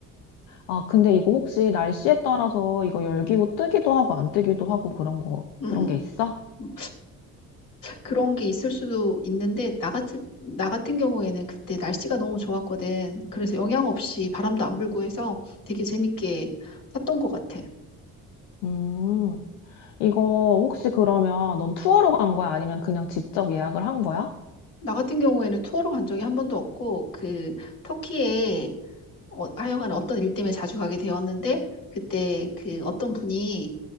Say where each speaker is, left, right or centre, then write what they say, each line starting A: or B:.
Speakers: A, on the left; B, on the left.
A: 아, 근데 이거 혹시 날씨에 따라서 이거 열기고 뜨기도 하고 안 뜨기도 하고 그런 거,
B: 응, 응.
A: 그런 게 있어?
B: 음, 그런 게 있을 수도 있는데, 나 같은, 나 같은 경우에는 그때 날씨가 너무 좋았거든. 그래서 영향 없이 바람도 안 불고 해서 되게 재밌게 탔던 것 같아.
A: 음. 이거 혹시 그러면 넌 투어로 간 거야? 아니면 그냥 직접 예약을 한 거야?
B: 나 같은 경우에는 투어로 간 적이 한 번도 없고, 그, 터키에 어, 하여간 어떤 일 때문에 자주 가게 되었는데, 그때 그 어떤 분이